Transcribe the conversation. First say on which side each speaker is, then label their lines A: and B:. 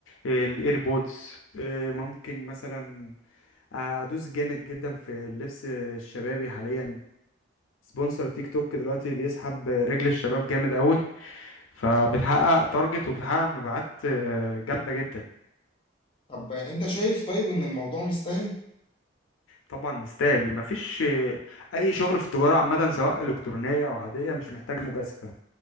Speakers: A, on the left (about 85°); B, on the left (about 25°).
A: الإيربودز ممكن مثلا أدوس جامد جدا في اللبس الشبابي حاليا سبونسر تيك توك دلوقتي بيسحب رجل الشباب جامد قوي فبتحقق تارجت وبتحقق مبيعات آه، جامدة جدا
B: طب انت شايف طيب ان الموضوع مستاهل
A: طبعا مستاهل مفيش آه، اي شغل في التجاره عامه سواء الكترونيه او عاديه مش محتاج مجازفه